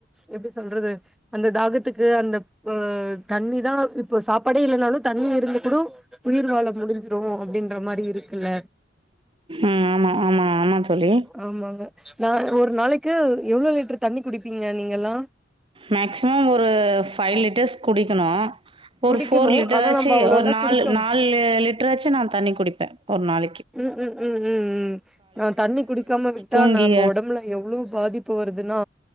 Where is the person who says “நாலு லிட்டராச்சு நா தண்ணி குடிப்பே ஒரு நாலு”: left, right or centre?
Right